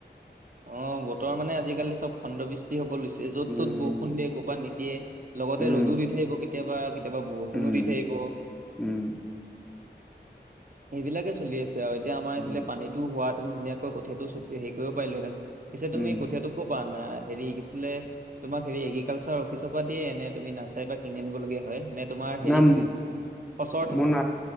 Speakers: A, on the right; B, in the centre.
A: অ বতৰ মানে আজিকালি চব খণ্ডবৃষ্টি হব লৈছে। য'ত
B: উম
A: তত বৰষুণ দিয়ে ক'ৰবাত নিদিয়ে লগতে
B: উম
A: ৰ'দো দি থাকিব কেতিয়াবা। কেতিয়াবা বৰষুণো
B: উম
A: দি থাকিব।
B: উম
A: সেইবিলাকে চলি আছে আৰু এতিয়া আমাৰ
B: উম
A: এইফালে পানীটো হোৱাহেতেন ধুনীয়াকৈ কঠীয়াটো হেৰি কৰিব পিলোহেঁতেন। পিছে তুমি
B: উম
A: কঠীয়াতটো কৰ পৰা অনা। হেৰি কিছিলে তোমাক হেৰি এগ্ৰিকালচাৰ অফিচৰ পৰা দিয়ে। এনে তুমি নাৰ্চাৰীৰ পৰা কিনি আনিব লগীয়া হয় নে? তোমাৰ হেৰি
B: ন উ
A: থাকে খচৰ থাকে
B: ম ন